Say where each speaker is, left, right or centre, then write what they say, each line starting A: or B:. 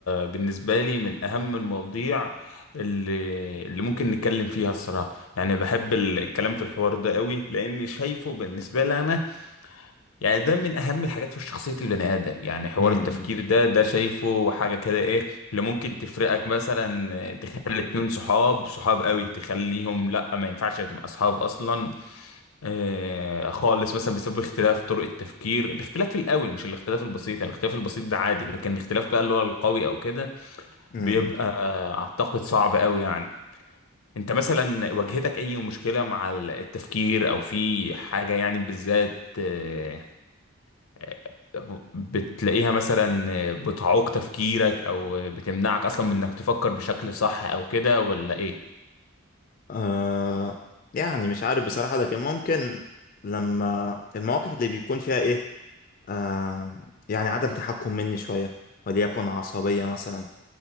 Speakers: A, on the left (about 80°); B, on the left (about 40°).
A: بالنسبة لي من أهم المواضيع اللي, اللي ممكن نتكلم فيها الصراحة يعني بحب الكلام في الحوار ده قوي لأني شايفه بالنسبة لي أنا يعني ده من أهم الحاجات في شخصية البني آدم يعني حوار
B: امم
A: التفكير ده ده شايفه حاجة كده إيه اللي ممكن تفرقك مثلا تخلي اتنين صحاب صحاب قوي تخليهم لأ ما ينفعش تبقى أصحاب أصلا آه، خالص مثلا بسبب اختلاف طرق التفكير الاختلاف القوي مش الاختلاف البسيط يعني الاختلاف البسيط ده عادي لكن الاختلاف بقى اللي هو القوي او كده
B: امم
A: بيبقى آه، اعتقد صعب قوي يعني انت مثلا واجهتك اي مشكلة مع ال- التفكير او في حاجة يعني بالذات آه، آه، بتلاقيها مثلا آه، بتعوق تفكيرك او بتمنعك اصلا من انك تفكر بشكل صح او كده ولا
B: آه يعني مش عارف بصراحة لكن ممكن لما المواقف اللي بيكون فيها ايه آه يعني عدم تحكم مني شوية وليكن عصبية مثلا